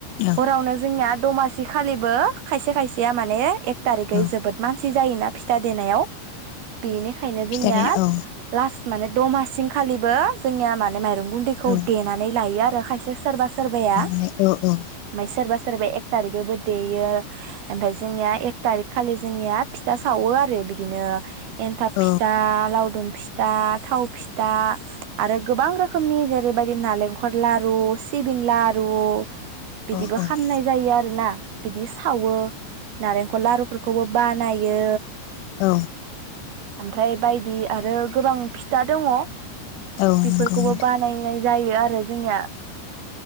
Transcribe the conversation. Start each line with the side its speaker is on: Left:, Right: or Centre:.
Left: औ
Right: हरावनो जोंनिया दमासि खालिबो खायसे खायसेया माने एक थारिखै
Left: औ
Right: जोबोद मानसि जायोना फिथा देनायाव बिनि खायनो
Left: फिथारि
Right: जोंनिया
Left: औ
Right: लास माने दमासिंखालिबो जोंनिया माने माइरं गुन्दैखौ
Left: औ
Right: देनानै लायो आ रो खायसे सोरबा सोरबाया
Left: माने औ औ
Right: ओमफ्राय सोरबा सोरबाया एक थारिगैबो देयो ओमफाय जोंनिया एक थारिक खालि जोंनिया फिथा सावो आरो बि दिनो एन्थाब
Left: औ
Right: फिथा लावदुम फिथा थाव फिथा आरो गोबां रोखोमनि जेरैबायदि नालेंखल लारु सिबिं लारु बिदिबो
Left: औ
Right: खामनाय
Left: औ
Right: जायो आ रोना बिदिस सावो नारेंखल लारु फोरखौबो बानायो।
Left: औ
Right: ओमफ्राय बायदि आरो गोबां फिथा दङ।
Left: औ
Right: बेफोरखौबो
Left: नंगौ नोंथां
Right: बानायनाय जायो आरो जोंनिया